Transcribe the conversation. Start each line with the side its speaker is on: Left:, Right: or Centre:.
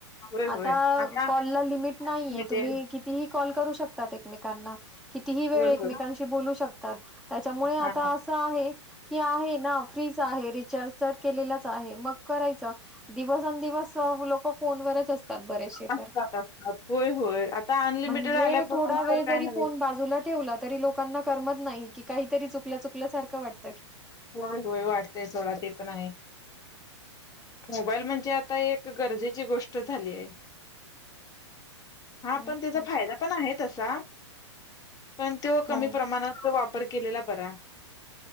Left: होय होय
Centre: आता
Left: आता
Centre: कॉल ला लिमिट नाहीये
Left: अनलिमिटेड
Centre: तुम्ही कितीही कॉल करू श शकतात एकमेकांना फ कितीही वेळ
Left: होय
Centre: एकमेकांशी
Left: होय
Centre: बोलू शक <inaudible> त्याच्यामुळे आता
Left: हा
Centre: असं आहे की आहे ना फ्रीच आहे रिचार्ज तर केलेलाच आहे मग करायच दिवसंदिवस लोक फोनवरच असतात बरेचसे
Left: असतात
Centre: तर.
Left: असतात होय होय आता अनलिमिटेड
Centre: म्हणजे
Left: आल्यापासून
Centre: थोडा वेळ
Left: तर
Centre: जरी
Left: काय नाही
Centre: फोन बाजूला ठेवला तरी की, लोकांना करमत नाही. काहीतरी चुकल्या चुकल्यासारखं वाट
Left: होय होय वाटतय सोडा. ते पण आहे. मोबाईल म्हणजे आता एक गरजेची गोष्ट झाली आहे. हा
Centre: मग
Left: पण त्याचा
Centre: काय
Left: फायदा पण आहे. तसा पण, तो कमी
Centre: हो.
Left: प्रमाणात तो वा पर केलेला बरा.